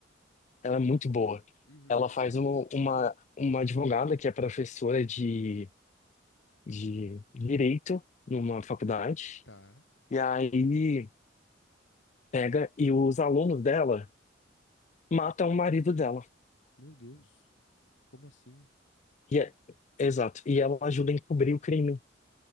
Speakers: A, on the left; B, on the left.
A: ela é muito
B: Não sabia.
A: boa.
B: Uhum.
A: Ela faz uma, uma, uma advogada que é professora de, de direito numa faculdade.
B: Tá.
A: E aí. pega e os alunos dela matam o marido dela.
B: Meu Deus. Como assim?
A: E é- exato. E ela ajuda a encobrir o crime.